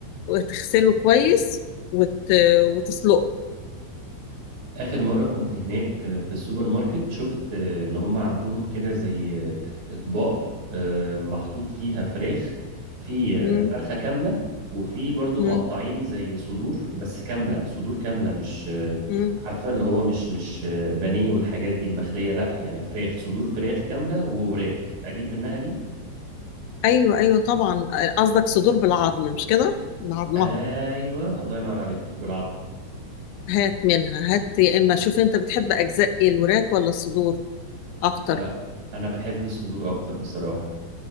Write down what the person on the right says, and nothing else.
اخر مرة كنت هناك في السوبر ماركت شفت ان هم عندهم كده زي اطباق آه، محطوط فيها فراخ في آه،
فرخة كاملة وفي برضو
مقطعين زي صدور بس كاملة صدور كاملة مش آه،
عارفة اللي هو مش مش آه، بانيه والحاجات دي المخلية لا يعني فراخ صدور فراخ كاملة ووراك اجيب منها دي
ايوه الله ينور عليك بالعض
آه، انا بحب الصدور اكتر بصراحة